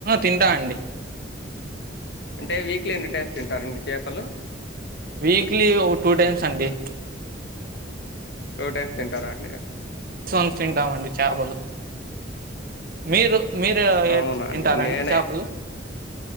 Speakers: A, on the right; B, on the left.
A: తింటా అండి
B: అంటే వీక్లీ ఎన్ని టైమ్స్ తింటారండి చేపలు
A: వీక్లీ ఓ టూ టైమ్స్ అండి
B: టూ టైమ్స్ తింటారా అండి
A: <unintelligible> తింటామండి చేపలు మీరు మీరు
B: అవునాండి
A: తింటారండి
B: నేనే
A: చేపలు